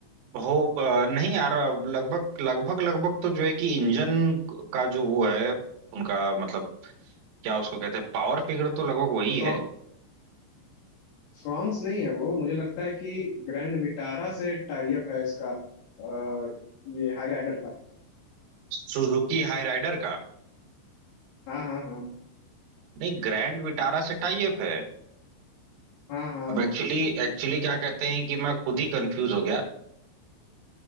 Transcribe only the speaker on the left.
है
फ्रांस नहीं है वो मुझे लगता है कि ग्रैंड विटारा से टाई अप है इसका अ, ये हाई राइडर का
हाँ हाँ हाँ
हाँ हाँ
हाँ